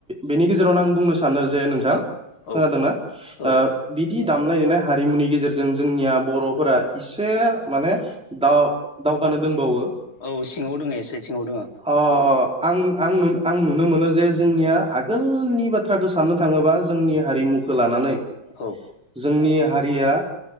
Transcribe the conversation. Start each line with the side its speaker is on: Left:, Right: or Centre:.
Centre: बेनि गेजेरावनो आं बुंनो सा सानो जे नोंथां
Left: औ औ
Centre: खोनादोंना
Left: औ
Centre: ओ बिदि दामनाय देनाय हारिमुनि गेजेरजों जोंनिया बरफोरा एसे माने दाव दावगा नों दोंबावो
Left: औ सिङाव दङ एसे सिङाव दङ
Centre: अ आं आं आं नुनो मोनो जे जोंनिया आगोलनि बाथ्राखौ साननो थाङोबा जोंनि हारिमुखौ लानानै
Left: औ
Centre: जोंनि हारिया